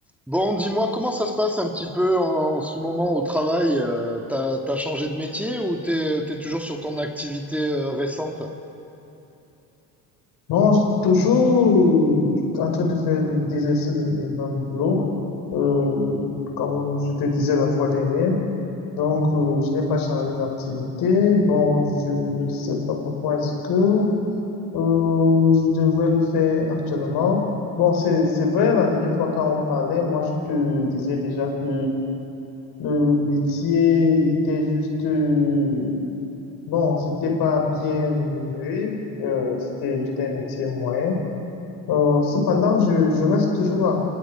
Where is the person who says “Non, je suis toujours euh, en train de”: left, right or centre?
Left